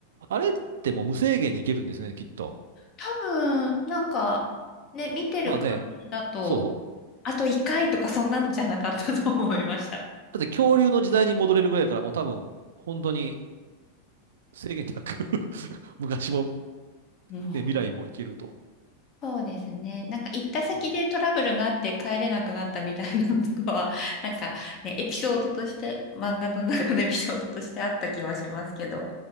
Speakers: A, on the right; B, on the left.
A: あれってもう無制限にいけるんですよね、きっと。
B: 多分、なんか、ね、見てる感じだと、
A: まあね、そ
B: あと1回とかそんなんじゃなかったと思いました。
A: う。だって恐竜の時代に戻れるぐらいだから、もう多分、本当に制限なく <laughs> 昔も、
B: うん。
A: ね、未来もいけると。
B: そうですね。なんか行った先でトラブルがあって帰れなくなったみたいなのとかは、
A: まあ
B: <laughs> なんかね、エピソードとして、漫画の中のエピソードとしてあった気はしますけど。